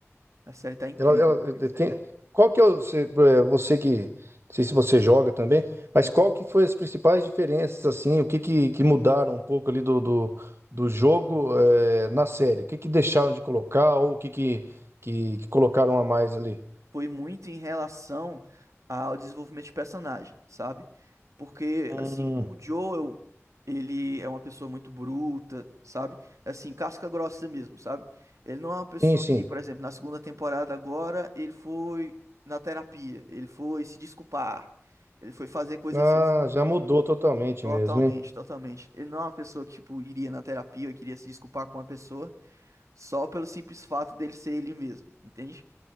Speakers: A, on the right; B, on the right.
A: A série tá incrível,
B: Ela, ela-
A: incrível.
B: eh, eh, tem... Qual que é o, você, eh, você que. Não sei se você joga também, mas
A: Uhum.
B: qual que foi as principais diferenças, assim? O que que, que mudaram um pouco ali do, do, do jogo, eh, na série? O que que deixaram de colocar ou o que que, que, que colocaram a mais ali?
A: Foi muito em relação ao desenvolvimento de personagem, sabe? Porque,
B: Hum,
A: assim, o Joel, ele é uma pessoa muito bruta, sabe? Assim, casca grossa mesmo, sabe? Ele não é uma pessoa
B: sim, sim.
A: que, por exemplo, na segunda temporada agora, ele foi na terapia, ele foi se desculpar, ele foi fazer coisas
B: Ah,
A: assim
B: já
A: que...
B: mudou totalmente
A: Totalmente,
B: mesmo, hein?
A: totalmente. Ele não é uma pessoa que, tipo, iria na terapia ou queria se desculpar com uma pessoa. só pelo simples fato dele ser ele mesmo, entende?